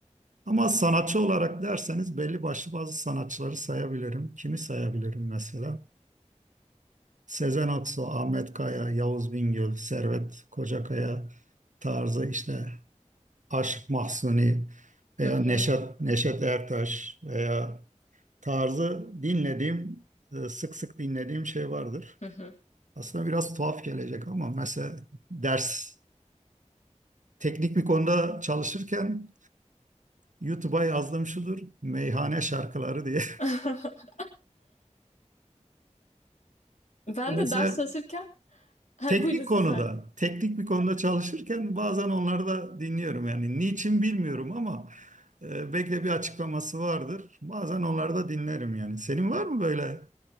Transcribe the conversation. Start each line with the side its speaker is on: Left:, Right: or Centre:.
Right: Ama sanatçı olarak derseniz belli başlı bazı sanatçıları sayabilirim. Kimi sayabilirim mesela? Sezen Aksu, Ahmet Kaya, Yavuz Bingöl, Servet Kocakaya tarzı işte Aşık Mahzuni veya
Left: hı hı,
Right: Neşet, Neşet Ertaş veya tarzı dinlediğim, e, sık sık dinlediğim şey vardır.
Left: hı hı.
Right: Aslında biraz tuhaf gelecek ama mesela ders, teknik bir konuda çalışırken YouTube'a yazdığım şudur, meyhane şarkıları diye.
Left: <laughs> Ben
Right: <laughs> Mesela
Left: de ders çalışırken... <laughs> Ha,
Right: teknik
Left: buyurun size.
Right: konuda, teknik bir konuda çalışırken bazen onları da dinliyorum. Yani niçin bilmiyorum ama e, belki de bir açıklaması vardır. Bazen onları da dinlerim yani. Senin var mı böyle